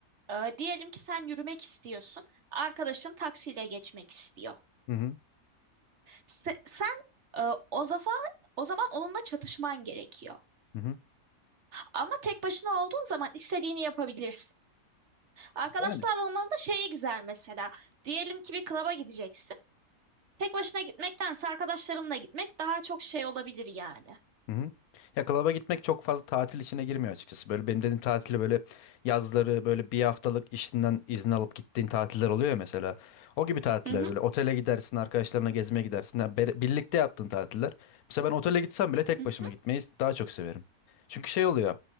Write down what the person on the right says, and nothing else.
Ee, diyelim ki sen yürümek istiyorsun. Arkadaşın taksiyle geçmek istiyor.
Se- sen e, o zafa o zaman onunla çatışman gerekiyor.
Ama tek başına olduğun zaman istediğini yapabilirsin. Arkadaşlarla
olmanın da şeyi güzel mesela. Diyelim ki bir klaba gideceksin. Tek başına gitmektense arkadaşlarınla gitmek daha çok şey olabilir yani.
Hı hı,
hı
hı,